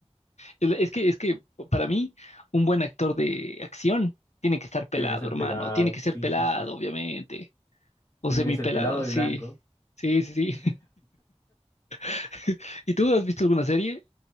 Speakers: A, on the left; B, on the left.
A: es que, es que para mí, un buen actor de acción tiene que estar pelado,
B: Tiene que ser
A: hermano,
B: pelado.
A: tiene que ser
B: Sí,
A: pelado,
B: sí, sí.
A: obviamente, o
B: Tiene
A: semipelado,
B: que ser pelado
A: sí,
B: y blanco.
A: sí, sí,
B: <laughs>
A: sí. <laughs> ¿Y tú has visto alguna serie?